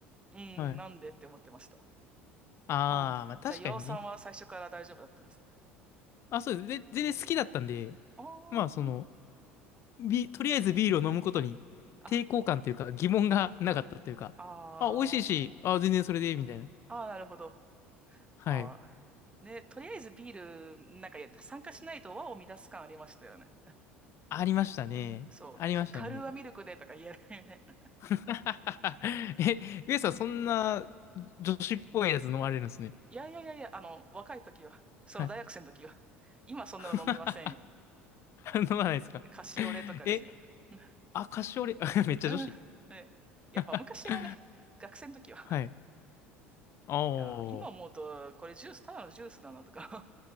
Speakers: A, on the right; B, on the left.
A: うん、
B: あ、はい。
A: なんでって思ってました。
B: ああ、
A: ああ、
B: まあ確かにね。
A: じゃあ、岩尾さんは最初から大丈夫だったんですね。
B: あ、そうです。で、全然好きだったんで、
A: あ
B: まあその、ビ、とりあえずビールを飲むことに抵抗感というか疑問がなかったというか、
A: あ、あ、ああ、
B: あ、美味しいし、あ、全然それでいいみたいな。
A: ああ、なるほど。
B: はい。
A: ああ。ね、とりあえずビール、なんか参加しないと和を乱す感ありましたよね。
B: ありましたね。
A: そう、
B: ありましたね。
A: か、カルーアミルクでとか言えないね。<laughs>
B: <laughs> え、ウエさんそんな女子っぽいやつ飲まれるんですね。
A: いやいやいやいや、あの、若い時は、その大学生の時は、
B: はい。
A: 今そんなの飲みませんよ。
B: <laughs> 飲まないですか。
A: カシオレとかですよね。
B: え、
A: う
B: あ、カシオレ、<laughs> めっちゃ女子。
A: ん。うんね、やっぱ昔はね、
B: <laughs>
A: 学生の時は、
B: はい。ああ。
A: いや、今思うと、これジュース、ただのジュースだなとか、